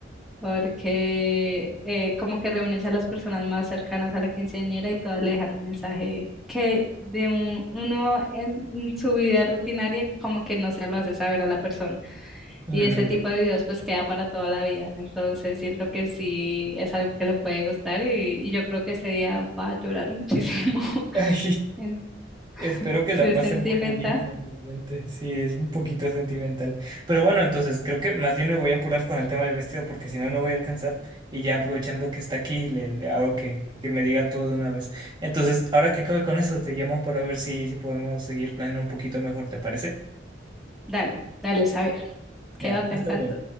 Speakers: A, in the centre; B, on the right.
A: porque eh, como que reúnes a las personas más cercanas a la quinceañera y todas le dejan un mensaje que de un- uno en su vida rutinaria como que no se lo hace saber a la persona.
B: Ujú.
A: Y ese tipo de videos pues queda para toda la vida. Entonces siento que sí es algo que le puede gustar y, y yo creo que ese día va a llorar muchísimo. <laughs>
B: <laughs> Ay,
A: En-
B: Espero que
A: Si
B: la
A: es
B: pasen
A: sentimental,
B: muy bonita, realmente. Sí, es un poquito sentimental. Pero bueno, entonces creo que más bien me voy a apurar con el tema del vestido porque si no, no voy a alcanzar. Y ya aprovechando que está aquí, le, le hago que, que me diga todo de una vez. Entonces, ahora que acabe con eso, te llamo para ver si, si podemos seguir planeando un poquito mejor, ¿te parece?
A: dale, dale, saber. Quédate
B: Ya, hasta
A: atenta
B: luego.